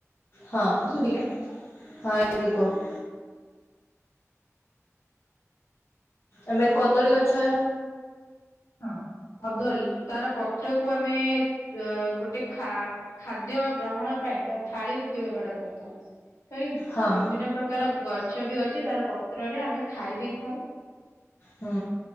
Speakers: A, on the left; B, on the left.
A: ହଁ-ହଁ
B: ଏବେ ଶୁଭିଲା
A: ଏବେ କୁହ। ଆମେ କଦଳୀ ଗଛ
B: ହଁ। କଦଳୀ ତାର ପତ୍ରକୁ ଆମେ, ଅ ଗୋଟେ ଖା ଖାଦ୍ୟ ଗ୍ରହଣ ପାଇଁ, ବା ଥାଳି ରୂପେ ବ୍ୟବହାର କରିଥାଉ। ତ
A: ହଁ
B: ବିଭିନ୍ନ ପ୍ରକାର ତାର ଗଛ ବି ଅଛି। ତାର ପତ୍ରରେ ଆମେ ଖାଇ ବିି ଥାଉ।
A: ହୁଁ।